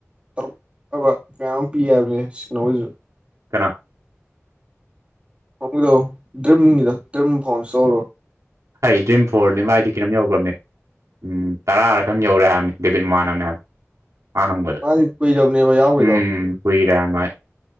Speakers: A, on the right (about 20°); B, on the right (about 80°).
A: ꯇꯔꯨꯛ ꯐꯕ ꯃꯌꯥꯝ ꯑꯃ ꯄꯤ ꯍꯥꯏꯕꯅꯦ ꯁꯤ ꯀꯩꯅꯣꯁꯤꯁꯨ
B: ꯀꯅꯥ
A: ꯐꯣꯡꯒꯤꯗꯣ ꯗ꯭ꯔꯤꯝꯒꯤꯗꯣ ꯗ꯭ꯔꯤꯝ ꯐꯣꯟꯏꯁꯇꯣꯔꯗꯣ
B: ꯑꯩ ꯗ꯭ꯔꯤꯝ ꯐꯣꯔꯅꯤ ꯃꯥꯏꯗꯤ ꯀꯤꯩꯅꯣꯝ ꯌꯧꯈ꯭ꯔꯕꯅꯦ ꯎꯝ ꯇꯔꯥꯔꯛꯇꯝ ꯌꯧꯔꯦ ꯍꯥꯏꯕꯅꯤ ꯗꯦꯕꯤꯠ ꯃꯥꯟꯅꯅꯦ ꯍꯥꯏꯕ ꯑꯍꯥꯡꯕꯗ
A: ꯃꯥꯗꯤ ꯀꯨꯏꯔꯕꯅꯦꯕ ꯌꯥꯎꯈꯤꯗꯣ
B: ꯎꯝ ꯀꯨꯏꯔꯦ <unintelligible>